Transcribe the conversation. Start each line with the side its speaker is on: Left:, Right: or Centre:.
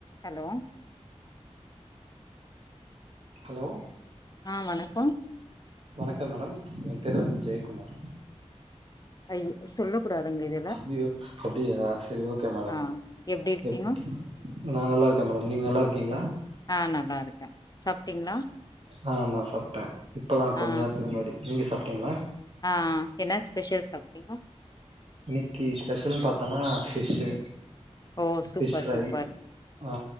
Left: Hello
Right: hello
Left: ஆ வணக்கம்
Right: வணக்கம் மேடம் எ பேரு வந்து ஜெயக்குமார்
Left: அயோ சொல்ல கூடாதுங்க இது
Right: அய்யியோ அப்டியா சேரி ஓகே மேடம்
Left: ஆ எப்டி இருக்கீங்க
Right: எ நா நல்லாருக்கே மேடம் நீங்க நல்லாருக்கீங்ளா
Left: ஆ நல்லாருக்கே சாப்ட்டிங்ளா
Right: ஆ நா சாப்ட்டே இப்பதா
Left: ஆ
Right: கொஞ்ச நேரத்துக்கு முன்னாடி நீங்க சாப்ட்டீங்ளா
Left: ஆ என்ன ஸ்பெஷல் சாப்ட்டீங்க
Right: இன்னிக்கி ஸ்பெஷல்னு பாத்தோனா ஃபிஷ்ஷு
Left: ஓ சூப்பர்
Right: ஃபிஷ் ஃப்ரை
Left: சூப்பர்
Right: ஆ